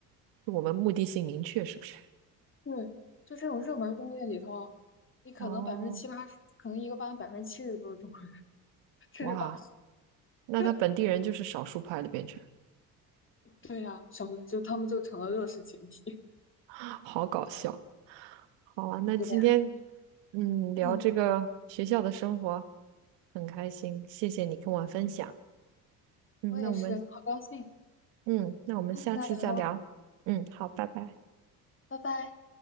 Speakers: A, on the right (about 65°); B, on the left (about 25°).
A: 是我们目的性明确，是不是？
B: 对，就这种热门专业里头，你可能百分之七八十，
A: 哦，
B: 可能一个班百分之七十都是中国人，甚至八。
A: 哇，
B: 十。
A: 那他本地人就是少数派的变成，
B: <laughs>
A: <laughs>
B: 对呀、什么就他们就成了弱势群体。
A: <gasps> 好搞笑。好啊，那今天
B: 是的呀，
A: 嗯聊这个学校的生活
B: 嗯，
A: 很开心，谢谢你跟我分享。嗯，
B: 我也是，
A: 那我们
B: 好高兴，
A: 嗯，那我们下次再聊。
B: 下次再聊喽，
A: 嗯，好，拜拜。
B: 拜拜。